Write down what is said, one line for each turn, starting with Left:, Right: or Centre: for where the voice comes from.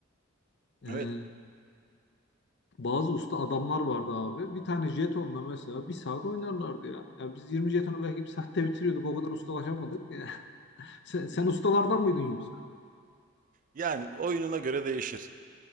Left: Ee,
Right: Evet.
Left: bazı usta adamlar vardı abi. Bir tane jetonla mesela bir saat oynarlardı ya. Ya biz 20 jetonu belki bir saatte bitiriyorduk. O kadar ustalaşamadık. <laughs> Ya. Sen, sen ustalardan mıydın yoksa?
Right: Yani oyununa göre değişir.